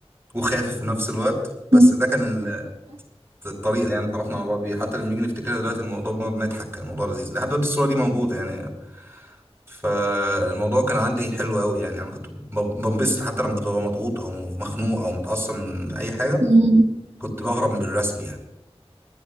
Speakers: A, on the right (about 25°); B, on the right (about 80°).
A: وخافت في نفس الوقت بس
B: <laughs> مم.
A: ده كان ال- الطريقه يعني اتعرفنا على بعض بيها حتى لما نيجي نفتكرها دلوقتي الموضوع بنقعد نضحك كان الموضوع لذيذ لحد دلوقتي الصوره دي موجوده يعني فالموضوع كان عندي حلو قوي يعني انا كنت بم- بنبسط حتى لما كنت ببقى مضغوط او مخنوق او متعصب من اي حاجه
B: مم.
A: كنت بهرب بالرسم يعني